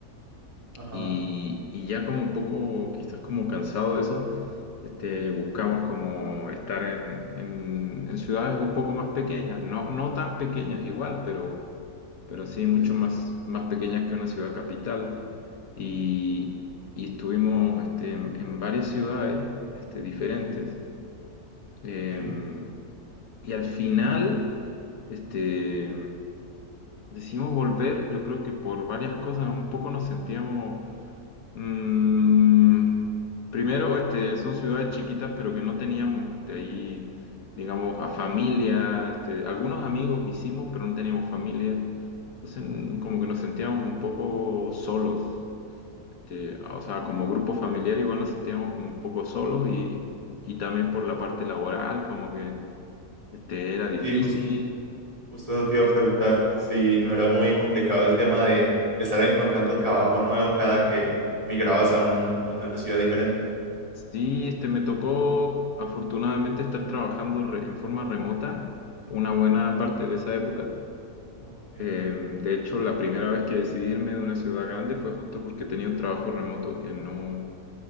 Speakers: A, on the right; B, on the left.
A: Ajá,
B: y, y ya como un poco, quizás como cansado de eso, este, buscamos como estar en, en, en ciudades un poco más pequeñas, no, no tan pequeñas igual, pero, pero sí mucho
A: sí, sí,
B: más, más pequeñas que una ciudad capital. Y, y estuvimos este, en, en varias ciudades este, diferentes. Em,
A: sí.
B: y al final, este, decidimos volver, yo creo que por varias cosas, un poco nos sentíamos, mm, primero, este, son ciudades chiquitas, pero que no teníamos, este, ahí, digamos, a familia, este, algunos amigos hicimos, pero no teníamos familia, entonces mm, como que nos sentíamos un poco solos. Este, o sea, como grupo familiar igual nos sentíamos como un poco solos y, y también por la parte laboral, como que este, era difícil.
A: Sí, jus- justo eso te iba
B: Es-
A: a preguntar, si no era muy complicado el tema de estar encontrando trabajo nuevo cada que migrabas a un, a una ciudad diferente.
B: sí, este, me tocó afortunadamente estar trabajando re- en forma remota una buena parte de esa época.
A: Okay,
B: Eh, de hecho, la primera vez que decidí irme de una ciudad grande fue justo porque tenía un trabajo remoto que no,